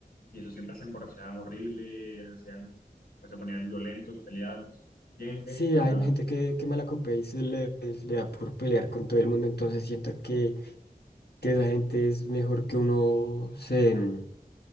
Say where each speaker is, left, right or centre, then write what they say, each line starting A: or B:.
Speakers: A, on the left (about 75°); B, on the left (about 80°).
A: Y eso siempre se emborrachaban horrible, hacían, pues, se ponían violentos, peleables. Bien, bien
B: Sí,
A: complicado.
B: hay gente que, que malacopea y se le, le da por pelear con todo el mundo, entonces siento que que esa gente es mejor que uno se, mm,